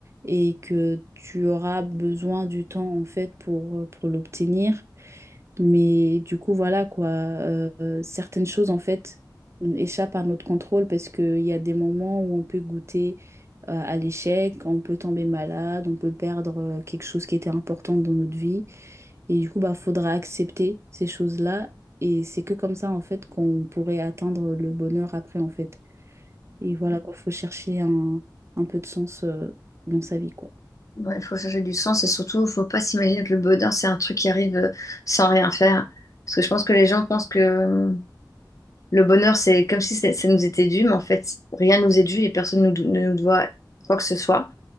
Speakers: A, on the right; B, on the left.
A: et que tu auras besoin du temps, en fait, pour, pour l'obtenir. Mais du coup, voilà quoi, euh, euh, certaines choses en fait échappent à notre contrôle parce qu'il y a des moments où on peut goûter euh, à l'échec, on peut tomber malade, on peut perdre euh, quelque chose qui était important dans notre vie. Et du coup, bah, faudra accepter ces choses-là. Et c'est que comme ça en fait qu'on pourrait atteindre le bonheur après en fait. Et voilà quoi, faut chercher un, un peu de sens euh, dans sa vie quoi.
B: ouais, il faut chercher du sens et surtout, il faut pas s'imaginer que le bonheur, c'est un truc qui arrive euh, sans rien faire. Parce que je pense que les gens pensent que euh, le bonheur, c'est comme si c'est- ça nous était dû, mais en fait, rien nous est dû et personne nous do- ne nous doit quoi que ce soit.